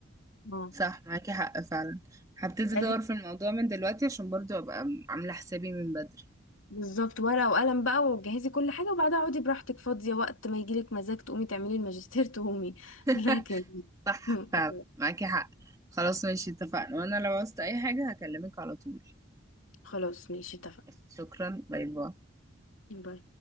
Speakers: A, on the left (about 75°); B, on the right (about 15°).
A: اه
B: صح معاكي حق فعلا هبتدي
A: أجي-
B: ادور في الموضوع من دلوقتي عشان برضو ابقى عاملة حسابي من بدري
A: بالظبط ورقة وقلم بقى وجهزي كل حاجة وبعدها اقعدي براحتك فاضية وقت ما يجيلك مزاج تقومي تعملي الماجستير تقومي <laughs>
B: <laughs>
A: لكن
B: صح
A: <laughs>
B: فعلا معاكي حق خلاص ماشي اتفقنا وانا لو عوزت اي حاجة هكلمك على طول
A: خلاص ماشي اتفقنا
B: شكرا باي باي
A: باي.